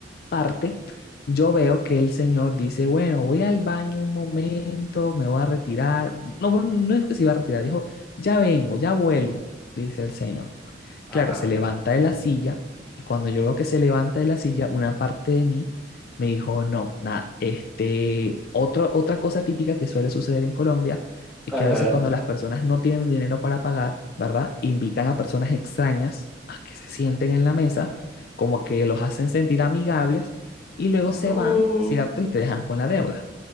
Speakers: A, on the left (about 50°); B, in the centre.
A: parte, yo veo que el señor dice, bueno, voy al baño un momento, me voy a retirar. No, bueno, no es que se iba a retirar, dijo, ya vengo, ya vuelvo, dice el señor.
B: Ajá.
A: Claro, se levanta de la silla y cuando yo veo que se levanta de la silla, una parte de mí me dijo, no, nada, este, otro, otra cosa típica que suele suceder en Colombia es
B: Ajá.
A: que a veces cuando las personas no tienen dinero para pagar, ¿verdad? Invitan a personas extrañas a que se sienten en la mesa, como que los hacen sentir amigables y luego
B: No,
A: se van, ¿cierto? Y te dejan con la deuda.